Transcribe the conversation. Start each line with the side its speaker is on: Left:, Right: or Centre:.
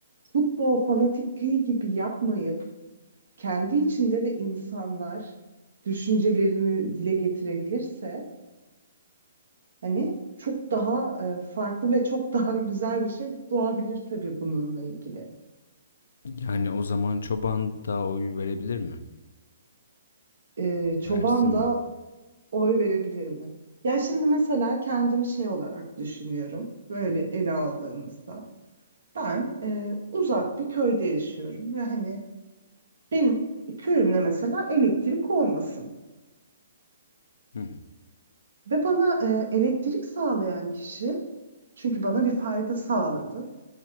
Right: futbol fanatikliği gibi yapmayıp kendi içinde de insanlar düşüncelerini dile getirebilirse hani çok daha e, farklı ve çok daha <laughs> güzel bir şey doğabilir tabii bununla ilgili.
Left: Yani o zaman çoban da oy verebilir mi?
Right: E, çoban
Left: Versin
Right: da
Left: mi?
Right: oy verebilir mi? Ya şimdi mesela kendimi şey olarak düşünüyorum. Böyle ele aldığımızda ben e, uzak bir köyde yaşıyorum ve hani benim köyümde mesela elektrik olmasın.
Left: Hı hı.
Right: Ve bana e, elektrik sağlayan kişi çünkü bana bir fayda sağladı.